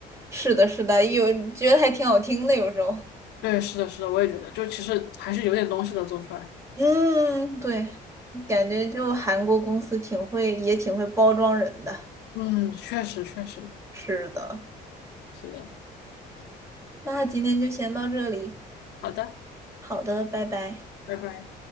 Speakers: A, on the right; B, on the left.
A: 是的，是的，有觉得还挺好听的，有时候。
B: 对，是的，是的，我也觉得，就其实还是有点东西的做出来。
A: 嗯，对，感觉就韩国公司挺会，也挺会包装人的。
B: 嗯，确实，确实，
A: 是的，
B: 是的。
A: 那今天就先到这里，
B: 好的，
A: 好的，拜拜。
B: 拜拜。